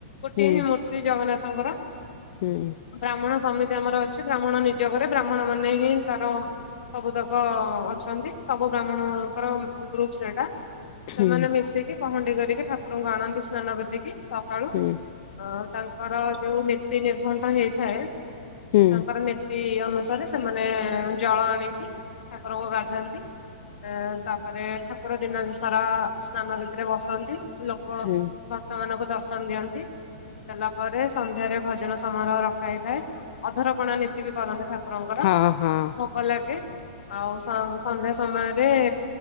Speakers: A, on the left; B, on the left.
A: ଗୋଟିଏ
B: ହୁଁ
A: ହିଁ ମୂର୍ତ୍ତି ଜଗନ୍ନାଥଙ୍କର।
B: ହୁଁ।
A: ବ୍ରାହ୍ମଣ ସମିତି ଆମର ଅଛି ବ୍ରାହ୍ମଣ ନିଯୋଗରେ ବ୍ରାହ୍ମଣ ମାନେ ହିଁ ତାର ସବୁ ତକ ଅଛନ୍ତି ସବୁ ବ୍ରାହ୍ମଣଙ୍କର ଗ୍ରୁପ ସେଟା।
B: ହୁଁ
A: ସେମାନେ ମିଶିକି ପହଣ୍ଡି କରିକି ଠାକୁରଙ୍କୁ ଆଣନ୍ତି ସ୍ନାନ ବେଦୀକି ସକାଳୁ। ଅ
B: ହୁଁ
A: ତାଙ୍କର ଯୋଉ ନୀତି ନିର୍ଘଣ୍ଟ ହେଇଥାଏ।
B: ହୁଁ
A: ତାଙ୍କର ନୀତି ଅନୁସାରେ ସେମାନେ ଜଳ ଆଣିକି ଠାକୁରଙ୍କୁ ଗାଧାନ୍ତି। ଏ ତା ପରେ ଠାକୁର ଦିନ ସାରା ସ୍ନାନ ଭିତରେ ବସନ୍ତି। ଲୋକ
B: ହୁଁ
A: ଭକ୍ ଭକ୍ତମାନଙ୍କୁ ଦର୍ଶନ ଦିଅନ୍ତି। ଦେଲା ପରେ ସନ୍ଧ୍ୟାରେ ଭଜନ ସମାରୋହ ରଖା ହେଇଥାଏ। ଅଧରପଣା ନୀତି ବି କରନ୍ତି ଠାକୁରଙ୍କର
B: ହଁ ହଁ
A: ଭୋଗ ଲାଗେ। ଆଉ ସ-ସନ୍ଧ୍ୟା ସମୟରେ